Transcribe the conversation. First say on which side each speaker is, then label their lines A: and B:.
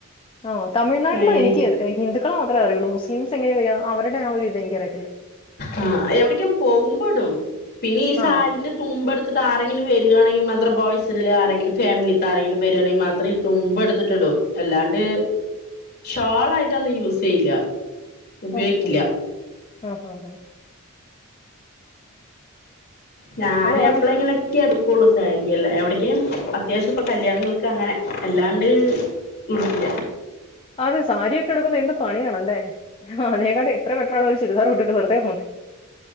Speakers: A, on the left (about 25°); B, on the left (about 45°).
A: ആഹ് തമിഴ്നാട്ടില്
B: അയ്യേ
A: എനിക്ക് ഹിന്ദുക്കളെ മാത്രേ അറിയുള്ളു, മുസ്ലിംസ് എങ്ങനെയ്യ അവരുടെ ആ ഒരു ഇത് എനിക്ക് അറിയത്തില്ല.
B: ആഹ്, എവിടേക്കേം പോകുമ്പോടും. പിന്നെ ഈ സാരിന്റെ...
A: ആ
B: തുമ്പെടുത്തിട്ടാരെങ്കിലും വരിവാണെങ്കിൽത്ര ബോയ്സിൽ ആരെങ്കിലും ഫാമിലിയിത്താ രെങ്കിലും വരിവാണെങ്കിൽ മാത്ര തുമ്പ് എടുത്തിട്ടിടും അല്ലാണ്ട് ഷാളായിട്ടൊന്നും യൂസ് ചെയ്യില്ല ഉപയോഗിക്കില്ല
A: ഓക്കെ ആഹ് ആഹ് ആഹ്
B: ഞാന്
A: അത് ഓരോ
B: എപ്പളും ഇങ്ങനെ എടുക്കുള്ളൂ സാരിഅല്ല എവിടക്കും അത്യാവശ്യം ഇപ്പൊ കല്യാണങ്ങൾക്ക് അങ്ങനെ അല്ലാണ്ട് ഉടുക്കില്ല
A: അതെ സാരിയൊക്കെ ഉടുക്കുന്ന എന്ത് പണിയാണല്ലേ ആഹ് അതിനേകാട്ടി എത്ര ബെറ്ററാണ് ഒരു ചുരിദാറ് ഇട്ടിട്ട് വെറുതെ പോണെ